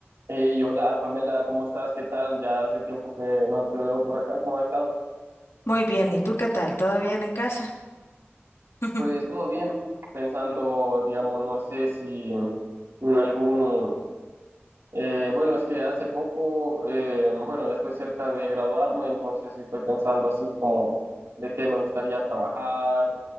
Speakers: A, on the right (about 90°); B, on the left (about 75°).
A: Hey, hola Pamela, ¿cómo estás? ¿Qué tal? Ya hace tiempo que no te veo por acá, ¿cómo has estado?
B: Muy bien, ¿y tú qué tal? ¿Todo bien en casa? <laughs>
A: Pues todo bien, pensando, digamos, no sé si en algún... eh, bueno, es que hace poco, eh, bueno, ya estoy cerca de graduarme, entonces sí estoy pensando así como de qué me gustaría trabajar